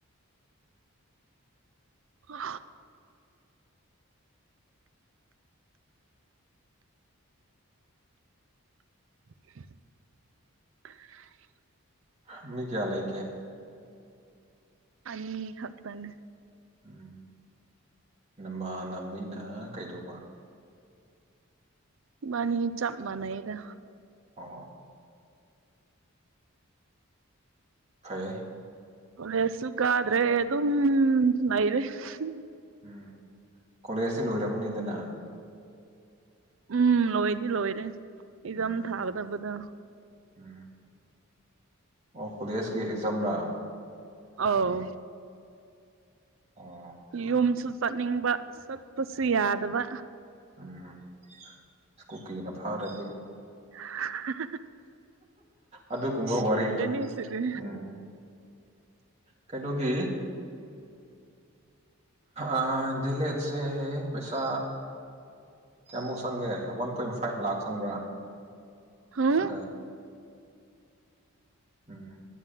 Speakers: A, on the right (about 60°); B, on the right (about 30°).
A: ꯍꯥ <inaudible>
B: ꯍꯥ ꯃꯤ ꯀꯌꯥ ꯂꯩꯒꯦ
A: ꯑꯅꯤ ꯈꯛꯇꯅꯦ
B: ꯎꯝ ꯅꯃꯥꯟꯅꯕꯤꯅ ꯀꯩꯗꯧꯕ
A: ꯕꯥꯟꯅꯤ ꯆꯞ ꯃꯥꯟꯅꯩꯗ
B: ꯑꯣ ꯐꯩꯌꯦ
A: ꯀꯣꯂꯦꯖꯁꯨ ꯀꯥꯗ꯭ꯔꯦ ꯑꯗꯨꯝ ꯂꯩꯔꯦ ꯍꯨꯝ
B: ꯎꯝ ꯀꯣꯂꯦꯖꯁꯤ ꯂꯣꯏꯔꯝꯒꯅꯤꯗꯅ
A: ꯎꯝ ꯂꯣꯏꯗꯤ ꯂꯣꯏꯔꯦ ꯏꯖꯥꯝ
B: ꯎꯝ
A: ꯊꯥꯒꯗꯕꯗ
B: ꯎꯝ ꯑꯣ ꯀꯣꯂꯦꯖꯀꯤ ꯑꯦꯖꯝꯔꯥ
A: ꯑꯥꯎ
B: ꯑꯣ
A: ꯌꯨꯝꯁꯨ ꯆꯠꯅꯤꯡꯕ ꯆꯠꯄꯁꯨ ꯌꯥꯗꯕ
B: ꯎꯝ ꯁ ꯀꯨꯀꯤꯅ ꯐꯥꯔꯗꯤ
A: ꯍꯍ
B: ꯑꯗꯨꯒꯨꯝꯕ
A: ꯁꯤꯔꯅꯤ
B: ꯋꯥꯔꯤꯗꯣ
A: ꯁꯤꯗꯤ
B: ꯎꯝ ꯀꯩꯅꯣꯒꯤ ꯑ ꯗꯤꯂꯦꯠ ꯁꯦ ꯄꯩꯁꯥ ꯀꯌꯥꯃꯨꯛ ꯆꯪꯒꯦ ꯋꯥꯟ ꯄꯣꯏꯟ ꯐꯥꯏꯚ ꯂꯥꯛ ꯆꯪꯕ꯭ꯔꯥ
A: ꯍꯥ
B: ꯑꯗꯥꯏ ꯎꯝ